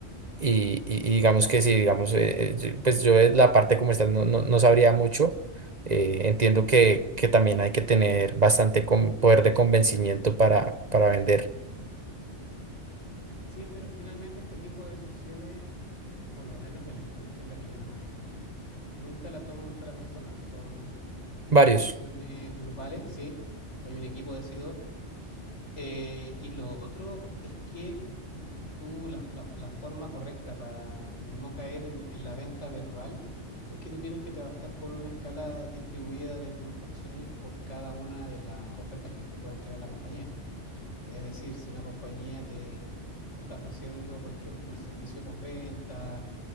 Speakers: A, on the right; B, on the left.
A: Y, y- y digamos que sí, digamos, eh, eh, yo- pues yo de la parte como está no, no, no sabría mucho. Eh, entiendo que, que también hay que tener bastante con- poder de convencimiento para, para vender
B: Sí, pero finalmente este tipo de decisiones por lo menos en la industria en la que yo me manejo, nunca la toma una sola persona, son
A: varios.
B: decisiones grupales, sí, hay un equipo decidor. Eh, y lo otro es que tú, la, la- la forma correcta para no caer en, en la venta verbal es que tú tienes que trabajar con una escala distribuida de puntuaciones por cada una de las ofertas que te pueda entregar la compañía. Es decir, si una compañía te, te está ofreciendo, por ejemplo, el servicio postventa,